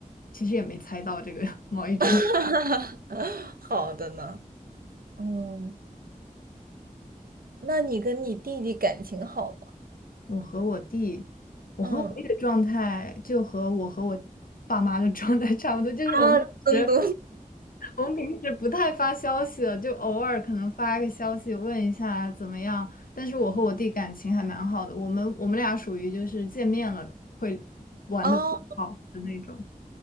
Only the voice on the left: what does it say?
其实也没猜到这个 <laughs> 贸易战。
我和我弟，我和我弟的状态就和我和我爸妈的状态差不多，
就是我们平时
我们平时不太发消息的，就偶尔可能发个消息问一下怎么样。但是我和我弟感情还蛮好的，我们我们俩属于就是见面了会玩的好的那种。